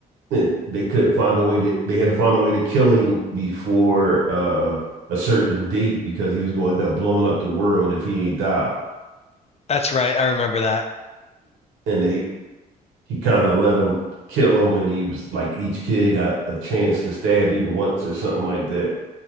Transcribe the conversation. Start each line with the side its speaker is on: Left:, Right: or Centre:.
Right: and they couldn't find a way to they had to find a way to kill him before uh a certain date because he was going to end up blowing up the world if he ain't die.
Left: that's right. I remember that.
Right: And they he kind of let him kill him and he was like each kid got a chance to stab him once or something like that.